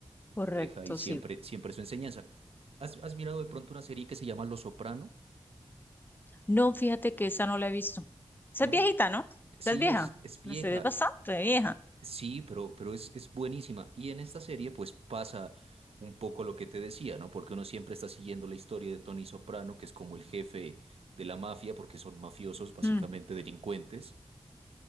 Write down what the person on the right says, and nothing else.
deja ahí siempre,
siempre su enseñanza. ¿Has, has mirado de pronto una serie que se llama Los Soprano?
¿No?
Sí,
es, es vieja.
Sí, pero, pero es, es buenísima. Y en esta serie pues pasa un poco lo que te decía, ¿no? Porque uno siempre está siguiendo la historia de Tony Soprano, que es como el jefe de la mafia, porque son mafiosos, básicamente
delincuentes.